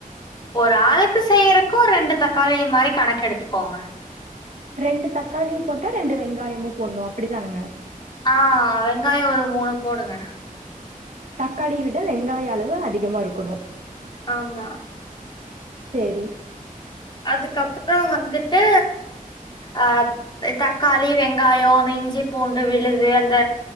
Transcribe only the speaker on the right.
ரெண்டு தக்காளி போட்டா ரெண்டு வெங்காயமும் போட்ணு அப்டிதானுங்க
தக்காளிய விட வெங்காய அளவு அதிகமா இருக்கணு
சேரி